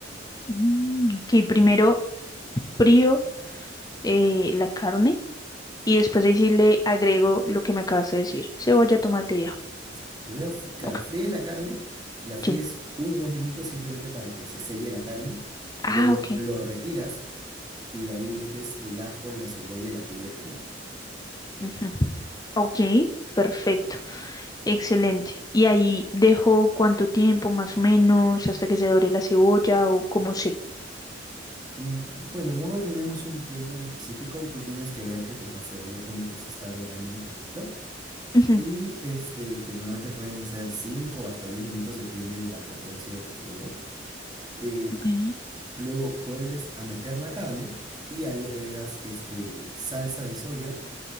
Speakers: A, on the left; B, on the right.
A: Mm, ok, primero frío eh, la carne. Y después ahí sí le agrego lo que me acabas de decir. Cebolla, tomate y ajo.
B: O sea, primero fri- claro,
A: Ok,
B: fríes la carne, la fríes
A: sí.
B: uno o dos minutos simplemente para que se selle la carne, luego
A: Ah, ok.
B: lo retiras y ahí metes el ajo, la cebolla, el ají y el tomate.
A: ujú. Ok, perfecto. Excelente. Y ahí dejo cuánto tiempo más o menos hasta que se dore la cebolla o como sé.
B: Y, Bueno, no tenemos un tiempo en específico, tú tienes que ver que pues la cebolla como que se está dorando un poquito
A: Ujú,
B: y este, que normalmente pueden ser 5 o hasta 10 minutos, depende de la potencia de tu fuego. Eh,
A: ok.
B: luego vuelves a meter la carne y ahí agregas este, salsa de soya,